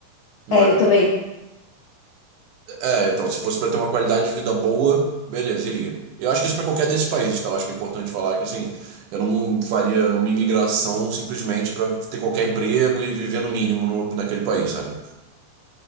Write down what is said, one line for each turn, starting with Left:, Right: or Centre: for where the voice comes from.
Right: Mas,
Left: É, eu também.
Right: é, então, se fosse pra ter uma qualidade de vida boa, beleza, iria. Eu acho que isso pra qualquer desses países, tá? Eu acho que é importante falar que, assim, eu não faria uma imigração simplesmente pra ter qualquer emprego e viver no mínimo no, naquele país, sabe?